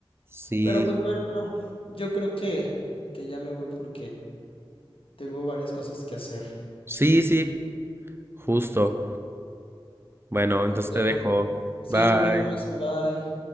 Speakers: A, on the right; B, on the left.
A: Sí,
B: Pero pues bueno, yo creo que, que ya me voy porque tengo varias cosas que hacer.
A: sí, sí, justo. Bueno, entonces
B: Ok,
A: te dejo.
B: sí,
A: Bye.
B: nos vemos, bye.